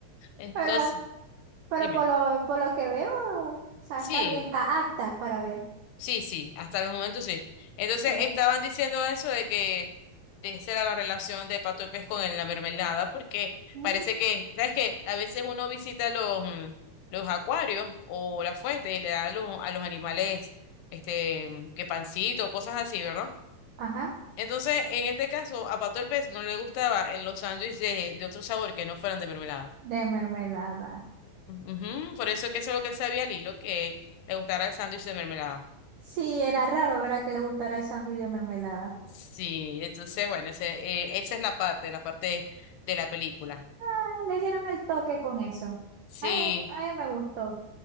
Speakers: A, on the left; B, on the right.
A: Entonces,
B: Pero, pero
A: dime.
B: por lo, por lo que veo, o sea,
A: Sí.
B: está bien, está acta para ver.
A: Sí, sí, hasta los momentos sí. Entonces
B: Sí.
A: estaban diciendo eso de que de esa era la relación de Pato de Pez con el- la mermelada, porque
B: Mm,
A: parece que, ¿sabes qué? A veces uno visita los, mm, los acuarios o la fuente y le da a los, a los animales este, mm, que pancito, cosas así, ¿verdad?
B: Ajá,
A: Entonces, en este caso, a Pato el Pez no le gustaba eh, los sándwiches de, de otro sabor que no fueran de mermelada.
B: de mermelada.
A: Ujú, por eso que eso es lo que él sabía Lilo, que le gustara el sándwich de mermelada.
B: Sí, era raro, ¿verdad? Que le gustara el sándwich de mermelada.
A: Sí, entonces, bueno, ese, eh, esa es la parte, la parte de la película.
B: Ah, le dieron el toque con eso.
A: Sí,
B: Ay, ay, me gustó.